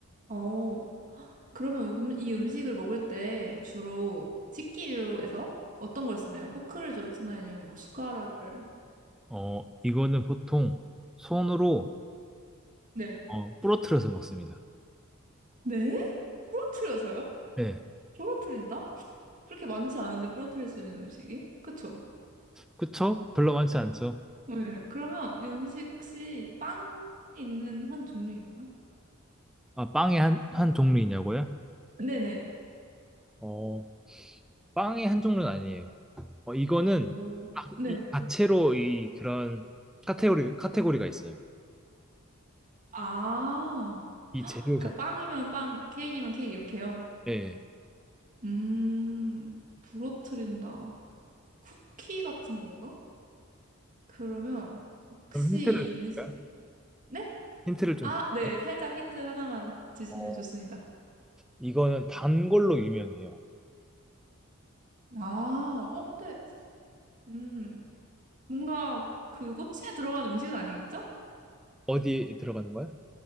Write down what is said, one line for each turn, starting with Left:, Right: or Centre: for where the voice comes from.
Right: 어, 그러면 음, 이 음식을 먹을 때 주로 식기류에서 어떤 걸 쓰나요? 포크를 주로 쓰나요? 아니면 뭐 숟가락을?
Centre: 어, 이거는 보통 손으로,
Right: 네.
Centre: 어, 부러뜨려서 먹습니다.
Right: 네? 부러뜨려서요?
Centre: 네.
Right: 부러뜨린다? 그렇게 많지 않은데 부러뜨릴 수 있는 음식이? 그쵸?
Centre: 그쵸? 별로 많지 않죠?
Right: 네. 그러면 이 음식 혹시 빵 있는 한 종류인가요?
Centre: 아, 빵의 한, 한 종류이냐고요?
Right: 네네.
Centre: 어, 빵의 한 종류는 아니에요. 어, 이거는
Right: 오,
Centre: 딱이
Right: 네.
Centre: 자체로 이 그런 카테고리, 카테고리가 있어요.
Right: 아,
Centre: 이 재료
Right: 그러니까
Centre: 자체.
Right: 빵이면 빵, 케이크면 케이크 이렇게요.
Centre: 예.
Right: 음, 부러뜨린다. 쿠키 같은 건가? 그러면 혹시
Centre: 좀 힌트를
Right: 이
Centre: 드릴까요?
Right: 음식, 네?
Centre: 힌트를 좀
Right: 아,
Centre: 드릴까요?
Right: 네, 살짝 힌트 하나만 주시면
Centre: 어,
Right: 좋습니다.
Centre: 이거는 단 걸로 유명해요.
Right: 아, 어, 근데, 음, 뭔가 그 꼬치에 들어간 음식은 아니겠죠?
Centre: 어디에 들어가는 거야?